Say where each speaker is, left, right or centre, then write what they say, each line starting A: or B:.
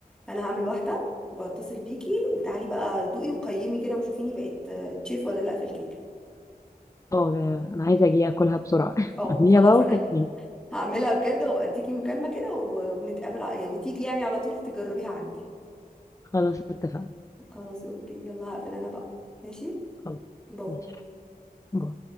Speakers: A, in the centre; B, on the left.
A: فأنا هعمل واحدة واتصل بيكي وتعالي بقى دوقي وقيمي كده وشوفيني بقيت آه، تشيف ولا لأ في الكيكة
B: اه ده انا عايزة اجي اكلها بسرعة <laughs>
A: اه
B: اعمليها
A: خلاص
B: بقى
A: انا
B: وكلميني
A: <laughs> هعملها بجد وابقى اديكي مكالمة كده و- ونتقابل ع- وتيجي يعني على طول تجربيها عندي
B: خلاص اتفقنا
A: خلاص اوكي يلا هقفل انا بقى ماشي
B: خلاص
A: باي
B: ماشي باي.